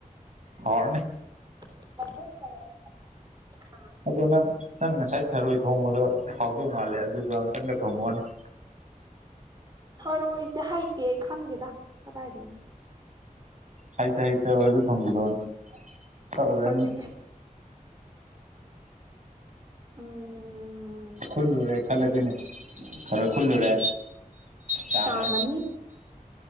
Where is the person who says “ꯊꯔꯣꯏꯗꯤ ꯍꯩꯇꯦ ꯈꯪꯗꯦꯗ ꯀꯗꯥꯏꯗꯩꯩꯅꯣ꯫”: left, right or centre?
Right